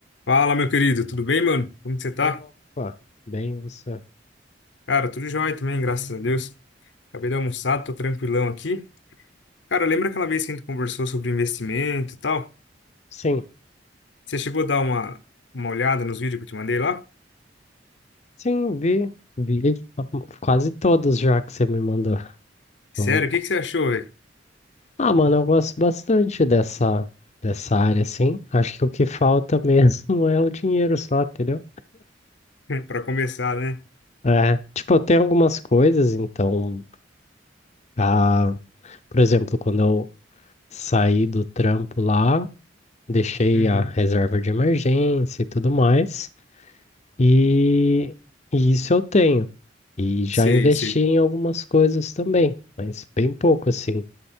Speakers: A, on the left; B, on the left.
A: Fala, meu querido, tudo bem, mano? Como que você tá?
B: Opa, bem você.
A: Cara, tudo jóia também, graças a Deus. Acabei de almoçar, tô tranquilão aqui. Cara, lembra aquela vez que a gente conversou sobre investimento e tal?
B: Sim,
A: Você chegou a dar uma, uma olhada nos vídeos que eu te mandei lá?
B: sim, vi, vi quase todos já que você me mandou.
A: Sério,
B: Bom.
A: o que que você achou, velho?
B: Ah, mano, eu gosto bastante dessa, dessa área, assim. Acho que o que falta mesmo <laughs> é o dinheiro só, entendeu?
A: <laughs> Pra começar, né?
B: É, tipo, eu tenho algumas coisas, então, ah, por exemplo, quando eu saí do trampo lá, deixei
A: Uhum.
B: a reserva de emergência e tudo mais. E, e isso eu tenho. E já
A: Sei,
B: investi
A: sei.
B: em algumas coisas também, mas bem pouco assim,